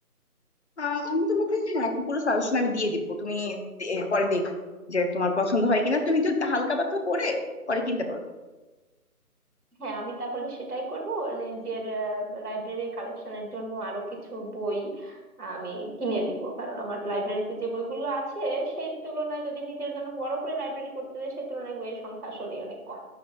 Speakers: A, on the left; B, on the right.
A: আহ আমি তোমাকে হ্যাঁ একটা পুরো সাজেশন আমি দিয়ে দিব তুমি দে- পরে দেখো যে তোমার পছন্দ হয় কিনা তুমি একটু হালকা পাতলা পড়ে পরে কিনতে পারো
B: হ্যাঁ আমি তাহলে সেটাই করব নিজের লাইব্রেরির কালেকশনের জন্য আরো কিছু বই আমি কিনে নিব কারণ আমার লাইব্রেরিতে যে বইগুলো আছে সেই তুলনায় যদি নিজের জন্য বড় করে লাইব্রেরি করতে হয় সেই তুলনায় বইয়ের সংখ্যা আসলেই অনেক কম